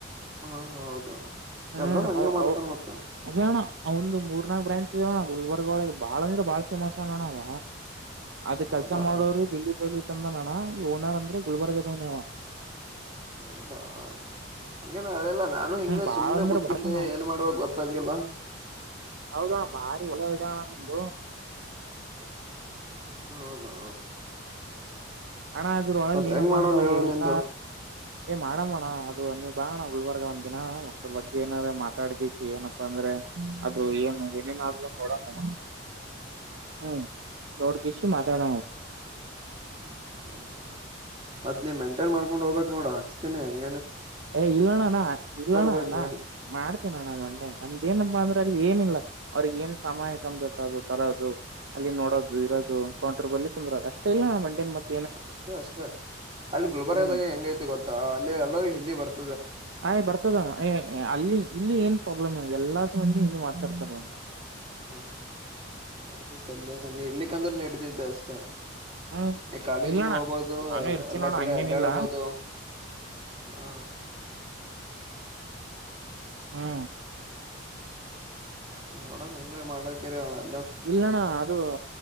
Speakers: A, on the right (about 30°); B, on the right (about 70°).
A: ಹಾ ಹೌದು
B: ಹ್ಮ್
A: ಎಲ್ಲರೂ ಹಂಗೆ ಮಾಡ್ತಾರ ಮತ್ತ
B: ಅದಣ ಅವಂದು ಮೂರ್ ನಕ್ ಬ್ರಾಂಚ್ ಇೋಣ ಗುಲ್ಬರ್ಗ ಒಳಗೆ ಬಾಳ ಅಂದ್ರೆ ಬಾಳ್ ೇಮಸ್ ಅೋಣ ಅವ ಅದ
A: ಹೌದಾ
B: ಕೆಲ್ಸ ಮಾಡೋರು ದಿ ದಲಿ ತಂದನಣ್ಣ ಈ ಓನರ್ ಅಂದ್ರೆ ಗುಲ್ಬರ್ಗದವನವ
A: ಹೌದಾ ಹಂಗೇ ನ ಹೆಲ್ಲ ನಾನು ಹಿಂಗ್
B: ಹ್ಮ್ ಬಾಳ
A: ಸುಮನೆ
B: ಅಂದ್ರೆ
A: ಕೂತ್ತಿದ್ದೆ
B: ಭಾಳ
A: ಏನ್ ಮಾಡ್ಬಕ್ ಗೊತ್ತಾಗಿಿಲ್ಲ
B: ಹೌದಣ್ಣ ಭಾರಿ ಎಲ್ಲ ಇದ್ದಣ್ಣ ನ್ದ
A: ಹೌದಾ
B: ಹಣ ಅ್ರ ಒಳಗೆ
A: ಮತ್
B: ಏನಪ್ಪಾ
A: ಹೆಂಗ್ ಮಾಡೋಣ
B: ಅಂದ್ರೆ ಅವ್ರು
A: ಹೇಳು
B: ಊಟ
A: ನಿಂದು
B: ಏ ಮಾಡಮ್ಮಣ್ಣ ಅದು ನೀವ್ ಬಾಣ್ಣ ಉುಳ್ಬರ್ಗ ಒಂದ್ ದಿನ ಅದ್ರ ಬಗ್ಗೆ ಏನೆ ಮಾತಾಡ್ಗಿಸಿ ಏನಪ್ಪಾ ಅಂದ್ರೆ ಅದು ಏನ್ ಏನೇನಾದಲ ನೋಡಣ ಹ್ಮ್ ನೋಡ್ ಕಶು ಮಾತಾಡ
A: ಹೌದಾ ಮತ್ ನೀವ್ ಮೆಂಟೈನ್ ಮಾಡ್ಕೊಂಡ್ ಹೋಗ್ಬೇಕಕ್ ನೋಡ ಹಾಕ್ಸ್ತೀನಿ ಹೆಂಗ
B: ಏ ಇಲ್ಲಣಣ್ಣ ಇಲ್ಲಣ
A: ಬೇಕ್
B: ಅಣ್ಣ
A: ಮೇನ್
B: ಮಾಡ್ತೀನೋಣ ನಾನನ್ ಒೆ ನಮ್ದೇನ್ ತ ಅಂದ್ರೆ ಅಲ್ಲಿ ಏನಿಲ್ಲ ಅವ್ರಿಗೆ ಏನ್ ಸಮಯ ಕಬೇಕತ್ತ ಅದು ತರದು ಅಲ್ಲಿ ನೋಡೋದು ಇರೋದು ಕೌಂಟರ್ ಬಲಿ ತಂದ್ರಾಗ ಅಷ್ಟೇ ಇಲ್ಲ ಮಂಡೇ ಮತ್ತೆ
A: ಅಷ್ಟೇ ಅಷ್ಟೇ ಅಲ್ಲಿ ಗುಲ್ಬರ್ದಾಗ
B: ಹ್ಮ್
A: ಹೆಂಗೈತಿ ಗೊತ್ತಾ ಅಲ್ಲಿ ಎಲ್ಲರು ಹಿಂದಿ ಬರ್ತ
B: ಆಯ್ ಬರ್ತದಣ್ಣ ಅಲ್ಲಿ ಇಲ್ಲಿ ಏನ್ ಪ್ರಾಬ್ಲಮ್ ಎಲ್ಲಾ ಸಂಬಂಧಿ ಇಲ್ಲಿ ಮಾತಾಡ್ತಾರಣ
A: ಹಾ ನಡ್ತೈತೆ ಅಲ್ಲ ನ ಇಡ್ಲಿಕ್ಕಂದ್ರೆ ನಡತೈತೆ ಅಷ್ಟ
B: ಹ್ಮ್
A: ನೀ ಕಾಲೇಜ್ನು
B: ಇಲ್ಲಣ್ಣ
A: ಹೋಗ್ಬೋದು
B: ನಾನು ಇರ್ತೀನೋಣ
A: ಎಲ್ಲ ಕಡೆ
B: ಹಂಗೇನಿಲ್ಲ
A: ಅಡ್ಡಾಡ್ಬಹದು ಹಾ
B: ಹಾ
A: ಹ್ಮ್ ಎೋಡ ಎಂಗ್ರ ಮ ಕರಿಂದ
B: ಇಲ್ಲಣ್ಣ ಅದು